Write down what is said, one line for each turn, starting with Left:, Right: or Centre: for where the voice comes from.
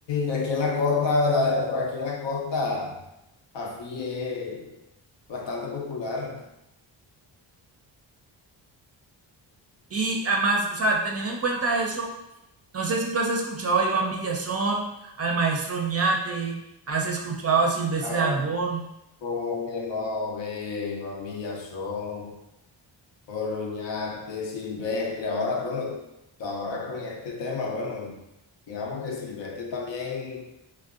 Left: aquí en la costa, ¿verdad? Aquí en la costa, AFI es bastante popular.
Right: Y además, o sea, teniendo en cuenta eso, no sé si tú has escuchado a Iván Villazón, al maestro Oñate, has escuchado a Silvestre
Left: La-
Right: Dangond.
Left: Como que no ve, Juan Villazón, Oroñate, Silvestre. Ahora, bueno, ahora con este tema, bueno, digamos que Silvestre también